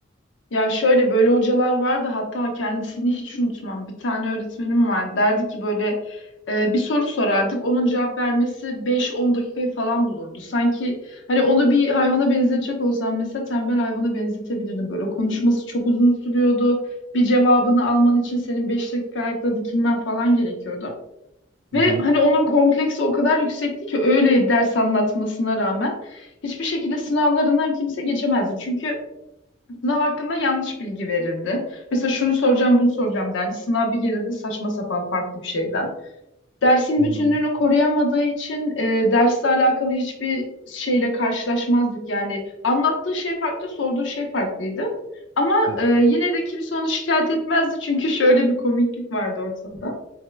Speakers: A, on the left; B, on the right.
A: Ya şöyle böyle hocalar vardı hatta kendisini hiç unutmam. Bir tane öğretmenim var. Derdi ki böyle e, bir soru sorardık. Onun cevap vermesi beş on dakikayı falan bulurdu. Sanki hani onu bir hayvana benzetecek olsam mesela tembel hayvana benzetebilirdim. Böyle konuşması çok uzun sürüyordu. Bir cevabını alman için senin 5 dakika ayakta dikilmen falan gerekiyordu.
B: Hı
A: Ve
B: hı.
A: hani onun kompleksi o kadar yüksekti ki öyle ders anlatmasına rağmen hiçbir şekilde sınavlarından kimse geçemezdi. Çünkü Sınav hakkında yanlış bilgi verirdi. Mesela şunu soracağım, bunu soracağım derdi. Sınav bir gelirdi saçma sapan farklı bir şeyden. Dersin
B: Hı hı.
A: bütünlüğünü koruyamadığı için e, dersle alakalı hiçbir şeyle karşılaşmazdık. Yani anlattığı şey farklı, sorduğu şey farklıydı. Ama
B: Evet.
A: e, yine de kimse onu şikayet etmezdi çünkü şöyle bir komiklik vardı ortada.